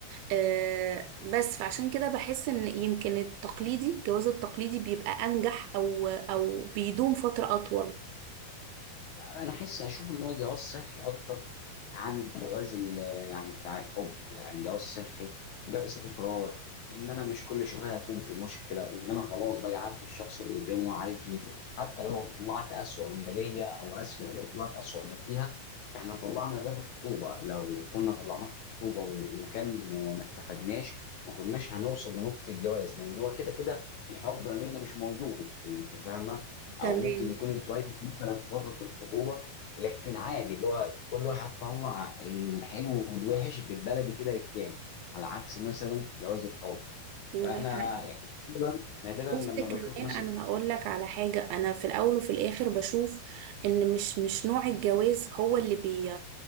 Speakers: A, on the right; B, on the left.
A: آه بس فعشان كده بحس إن يمكن التقليدي الجواز التقليدي بيبقى أنجح أو أو بيدوم فترة أطول
B: انا احس اشوف ان هو جواز صحي اكتر عن الجواز ال- يعني بتاع الحب يعني جواز صحي جواز استقرار ان انا مش كل شويه هكون في مشكله ان انا خلاص بقى عارف الشخص اللي قدامي هو عارفني حتى لو طلعت اسوأ ما ليا او اسوأ هي طلعت اسوأ ما فيها فاحنا طلعنا ده في الخطوبه لو كنا طلعناه في الخطوبه و- وكان آه، ما اتفقناش ما كناش هنوصل لنقطه الجواز لان هو كده كده الحب ما بيننا مش موجود انت فاهمه
A: تمام
B: او ممكن يكون اتولد مثلا في فتره الخطوبه لكن عادي اللي هو كل واحد طلع الحلو والوحش بالبلدي كده للتاني على عكس مثلا جواز الحب
A: ده
B: فانا
A: حقيقي.
B: يعني نادرا نادراً
A: بس
B: لما بشوف
A: كمان
B: مثلا
A: انا هقول لك على حاجه انا في الاول وفي الاخر بشوف ان مش مش نوع الجواز هو اللي بي